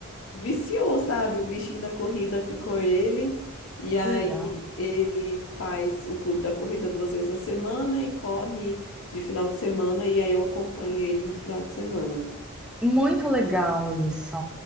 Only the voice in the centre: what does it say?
Que legal.
Muito legal isso.